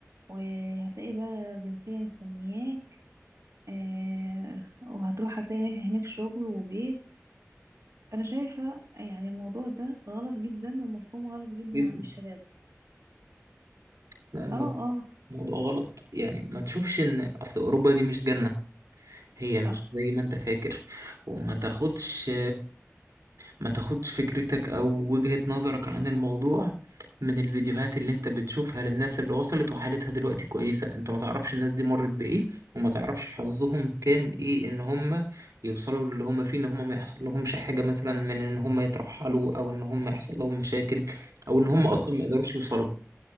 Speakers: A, on the right; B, on the right.
A: وهتلاقي بقى جنسية مستنياك آه، وهتروح هتلاقي هناك هناك شغل وبيت انا شايفة يعني الموضوع ده غلط جدا ومفهوم غلط جدا
B: جدا
A: عند الشباب
B: لا الموضوع
A: اه اه
B: موضوع غلط يعني ما تشوفش ان اصل اوروبا دي مش جنة هي
A: صح
B: مش زي ما انت فاكر وما تاخدش ما تاخدش فكرتك او وجهة نظرك عن الموضوع من الفيديوهات اللي انت بتشوفها للناس اللي وصلت وحالتها دلوقتي كويسة انت ما تعرفش الناس دي مرت بايه وما تعرفش حظهم كان ايه ان هم يوصلوا للي هم فيه ان هم ما يحصل لهمش حاجة مثلا من ان هم يترحلوا او ان هم يحصل لهم مشاكل او ان هم
A: صح
B: اصلا ما يقدروش يوصلوا